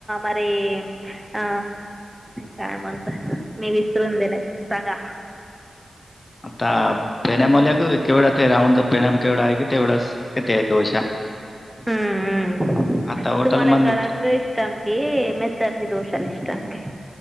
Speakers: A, in the centre; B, on the left (about 25°).
A: अरे अ काय म्हणत मी विसरून दिलंय. सांगा?
B: आता पेनॅमल्या का केवढं ते राऊंड द पेनॅम केवढा आहे की तेवढंच. किती डोश्या.
A: हम्म हम,
B: आता हॉटेलमध्ये
A: तुम्हाला कलागय. इष्ट क मेतरी दोशा इष्टम क <unintelligible>